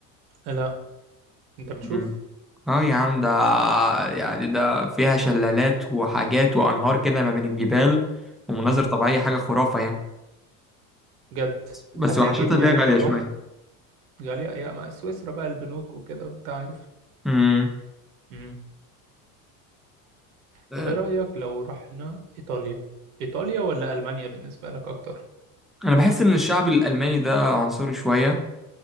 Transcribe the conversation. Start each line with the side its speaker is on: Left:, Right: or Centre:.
Right: لا انت بتشوف
Centre: مم. اه يا عم ده يعني ده فيها شلالات وحاجات وأنهار كده ما بين الجبال ومناظر
Right: امم
Centre: طبيعية حاجة خرافة يعني
Right: بجد
Centre: بس
Right: هتعجبني
Centre: وحشتها اللي
Right: يعني
Centre: هي غالية
Right: لو روح
Centre: شوية
Right: غالية يا ما سويسرا بقى البنوك وكده وانت عارف
Centre: امم
Right: امم
Centre: آه،
Right: طب ايه رأيك لو رحنا ايطاليا ايطاليا ولا المانيا بالنسبة لك اكتر
Centre: أنا بحس إن الشعب الألماني ده عنصري شوية